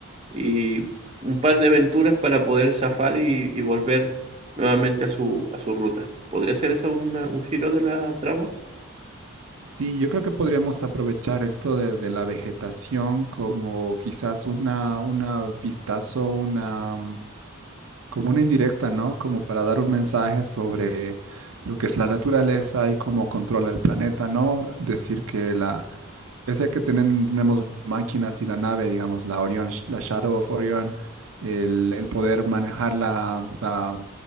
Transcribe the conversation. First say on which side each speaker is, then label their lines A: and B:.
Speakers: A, on the right; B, on the right.
A: y un par de aventuras para poder zafar y, y volver nuevamente a su, a su ruta. ¿Podría ser eso una- un giro de la trama?
B: Sí, yo creo que podríamos aprovechar esto de, de la vegetación como quizás una, una vistazo, una, como una indirecta, ¿no? Como para dar un mensaje sobre lo que es la naturaleza y cómo controla el planeta, ¿no? Decir que la, pese a que tenen- tenemos máquinas y la nave, digamos, la Orion, sh- la Shadow of Orion, el, el poder manejar la, la,